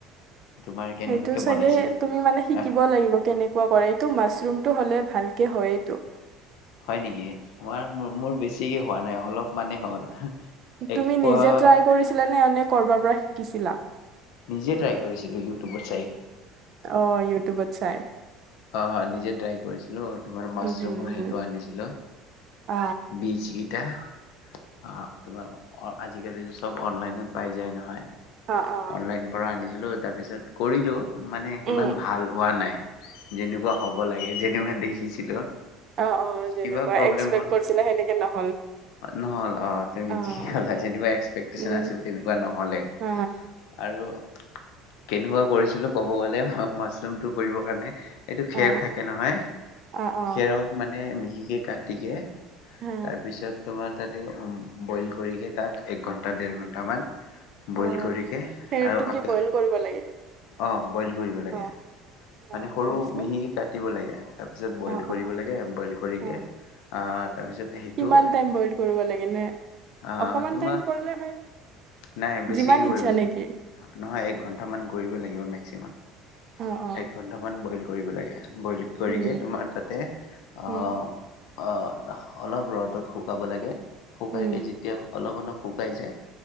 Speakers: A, on the left (about 65°); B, on the right (about 50°).
A: তোমাৰ কেনেকুৱাকে
B: সেইটো চাগে
A: বনাইছিলা
B: তুমি মানে শিকিব
A: অ
B: লাগিব কেনেকুৱা কৰে এইটো মাছৰুমতটো হ'লে ভালকে হয়েইতো।
A: হয় নেকি, আমাৰ মোৰ বেছি হোৱা নাই অলপ মানেই হ'ল। এক
B: তুমি
A: পোৱা
B: নিজে ট্ৰাই কৰিছিলা নে এনে ক'ৰবাৰ পৰা শিকিছিলা।
A: নিজে ট্ৰাই কৰিছিলো <unintelligible> অ',
B: অ', ইউটিউবত চাই
A: হয় নিজে ট্ৰাই কৰিছিলো তোমাৰ মাছৰুমৰ
B: হম, হম, হম,
A: সেইটো আনিছিলো,
B: অ',
A: বিচি এতিয়া অ' তোমাৰ অ', আজিকালিতো চব অনলাইনত পাই যায় নহয়।
B: অ', অ',
A: অনলাইন পৰা আনি ছিলো তাৰপিছত কৰিলোঁ মানে
B: উম,
A: সিমান ভাল হোৱা নাই। যেনেকুৱা হ'ব লাগে <unintelligible> দেখিছিলো।
B: অ'-অ' যেনেকুৱা
A: কিবা প্ৰব্লেম
B: এক্সপেক্ট
A: হ'ল
B: কৰিছিলা সেনেকে নহ
A: নহ'ল অ', তুমি
B: অ',
A: যি ক'লা যেনেকুৱা এক্সপেকটচন
B: উম,
A: আছিল তেনেকুৱা নহ'লে
B: হা,
A: আৰু কেনেকুৱা কৰিছিলো ক'ব গলে মাছৰুমটো কৰিব কাৰণে এইটো
B: অ'।
A: খেৰ থাকে নহয়
B: অ অ
A: খেৰক মানে সেই কাটিকে
B: হা
A: তাৰপিছত তোমাৰ তাতে বইল কৰি গে তাক এক ঘণ্টা দেৰ ঘণ্টামান বইল
B: অ
A: কৰিকে
B: খেৰটো
A: আৰু <unintelligible>
B: কি বইল কৰিব লাগে নেকি
A: অ বইল কৰিব লাগে
B: অ অ
A: মানে সৰু
B: তাৰপিছত
A: মিহিকি কাটিব লাগে তাৰপিছত বইল
B: অ
A: কৰিব
B: অ
A: লাগে বইল কৰিকে
B: অ
A: আ তাৰপিছত সেইটো
B: কিমান টাইম বইল কৰিব লাগে নে
A: অ',
B: অকমান
A: তোমাক,
B: টাইম কৰিলে হয়নে
A: নাই বেছিকে
B: যিমান ইচ্ছা
A: কৰিব লাগিব,
B: নেকি
A: নহয় এক ঘন্টামান কৰিবই লাগিব মেক্সিমাম
B: অ অ
A: এক ঘন্টামান বইল ক কৰিব লাগে। বইল কৰিকে
B: উম
A: তোমাৰ তাতে অ
B: উম
A: অ' অলপ ৰ'দত শুকাব লাগে শুকাইকে
B: উম
A: যেতিয়া অলপ-অলপ শুকাই যায়।